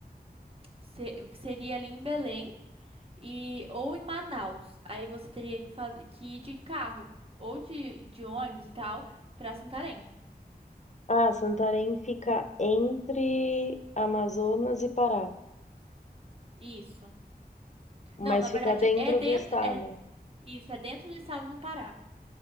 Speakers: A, on the right; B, on the left.
A: se- seria ali em Belém e ou em Manaus. Aí você teria que, faz- que ir de carro ou de, de ônibus e tal pra Santarém.
B: Ah, Santarém fica entre Amazonas e Pará,
A: Isso.
B: mas
A: Não, na verdade
B: fica dentro
A: é dentro,
B: do estado.
A: é isso, é dentro do estado do Pará.